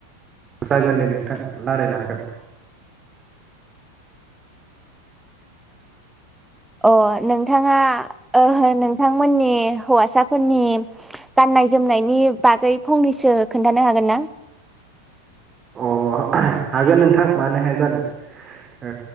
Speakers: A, on the right; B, in the centre.
A: जागोन दे नोंथां रायलायनो हागोन।
B: अ नोंथाङा ओ नोंथांमोननि हौवासाफोरनि गाननाय जोमनायनि बागै फंनैसो खोन्थानो हागोन ना?
A: अ हागोन नोंथां मानो हाया जानो, ओ